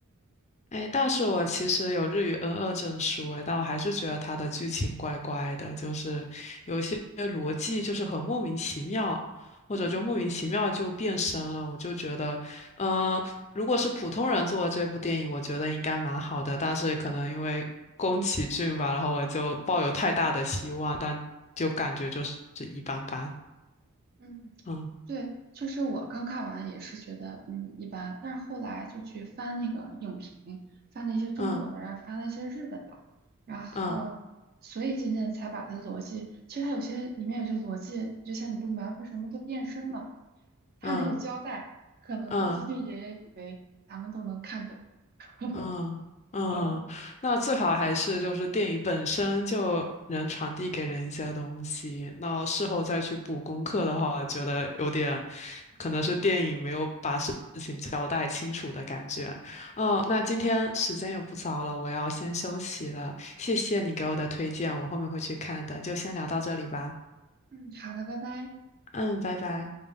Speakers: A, on the left; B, on the right.
A: 哎，但是我其实有日语 n 二证书，哎，但我还是觉得它的剧情怪怪的，就是有一些逻辑就是很莫名其妙，或者就莫名其妙就变身了。
B: 嗯
A: 我就觉得，呃，如果是普通人做的这部电影，我觉得应该蛮好的，但是可能因为宫崎骏吧，然后我就抱有太大的希望，但就感觉就是一般般。
B: 嗯。
A: 嗯
B: 对，就是我刚看完也是觉得嗯一般，但是后来就去翻那个影评，翻了一些中国的，
A: 嗯
B: 然后翻了一些日本的，然后所以渐渐才把它逻辑，
A: 嗯
B: 其实它有些里面有些逻辑，就像你不明白为什么都变身了，它没有交代，
A: 嗯嗯
B: 可能宫崎骏爷爷以为咱们都能看懂。
A: 嗯
B: <laughs>
A: 嗯嗯，
B: 嗯
A: 那最好还是就是电影本身就能传递给人一些东西。那事后再去补功课的话，觉得有点可能是电影没有把事情交代清楚的感觉。嗯，那今天时间也不早了，我要先休息了。谢谢你给我的推荐，我后面会去看的。就先聊到这里吧。
B: 嗯，好的，拜拜。
A: 嗯，拜拜。